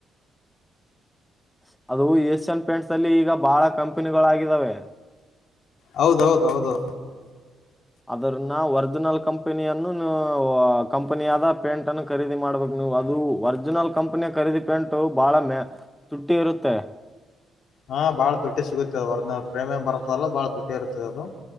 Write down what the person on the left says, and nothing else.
ಹೌದೌದೌದು
ಹಾ ಬಾಳ ತೊಟ್ಟಿ ಸಿಗುತ್ತೆ ಒರಿಜಿನಲ್ ಪ್ರೇಮೇ ಬರತ್ತಲ್ಲ ಬಾಳ ತುಟ್ಟಿ ಇರುತ್ತೆ ಅದು